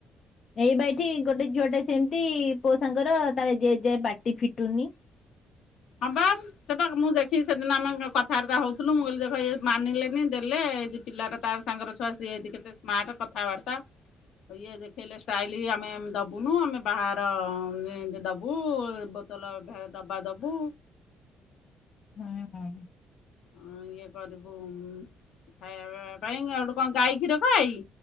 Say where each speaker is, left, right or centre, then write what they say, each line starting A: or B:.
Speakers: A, on the left; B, on the left.
A: ଏଇ ବା ଏଠି ଗୋଟେ ଝିଅଟେ ସେମିତି ପୁଅ ସାଙ୍ଗର ତାର ଏ ଯେ ଯେ ପାଟି ଫିଟୁନି।
B: ହଁ ବାମ୍ ସେ ତ ମୁଁ ଦେଖିକି ସେଦିନ ଆମେ ଗ-କଥାବାର୍ତ୍ତା ହଉଥୁଲୁ ମୁଁ କହିଲି ଦେଖ ଏ ମାନିଲେନି ଦେଲେ ଏଇ ଯେ ପିଲାର ତାର ସାଙ୍ଗର ଛୁଆ ସିଏ ଯେ କେତେ ସ୍ମାର୍ଟ କଥାବାର୍ତ୍ତା ଇଏ ଦେଖେଇଲେ ଷ୍ଟାଇଲ ଆମେ ଦବୁନୁ ଆମେ ବାହାର ଇ- ଯେ ଦବୁ ବ ତଲ ଭେ-ଡବା ଦବୁ।
A: ହୁଁ।
B: ଅଁ, ଇଏ କରିବୁ ଉଁ,। ଏ ଖାଇବା ପିଇବା ପାଇଁକି ଆଉ ହେଠୁ କଣ ଗାଈ କ୍ଷୀର ଖାଏ କି?